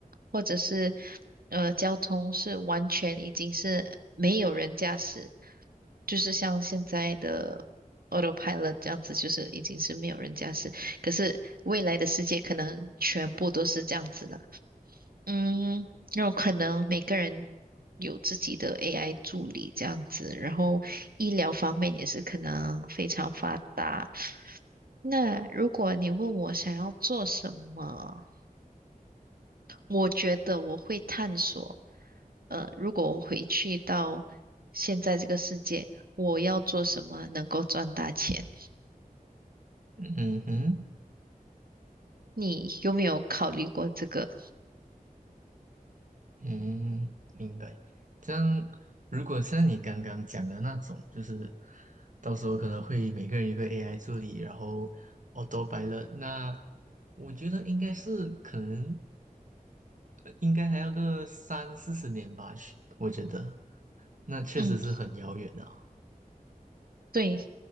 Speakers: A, on the right; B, on the right.
A: 或者是呃交通是完全已经是没有人驾驶，就是像现在的 autopilot 这样子，就是已经是没有人驾驶。可是未来的世界可能全部都是这样子了。嗯，有可能每个人有自己的 AI 助理这样子，然后医疗方面也是可能非常发达。那如果你问我想要做什么，我觉得我会探索，呃，如果我回去到现在这个世界，我要做什么能够赚大钱？
B: 嗯哼。
A: 你有没有考虑过这个？
B: 嗯，明白。这样，如果像你刚刚讲的那种，就是到时候可能会每个人有个 AI 助理，然后 auto pilot，那我觉得应该是可能呃应该还要个三四十年吧，是我觉得那确实是很遥远的
A: 嗯，对，